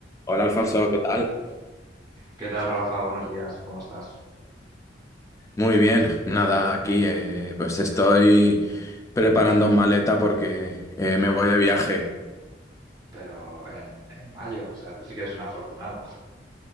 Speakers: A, on the left; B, on the right.
A: Hola Alfonso, ¿qué tal?
B: ¿Qué tal, Rafa? Buenos días, ¿cómo estás?
A: Muy bien, nada, aquí eh, pues estoy preparando maleta porque eh, me voy de viaje.
B: Pero en, en mayo, o sea, tú sí que eres un afortunado.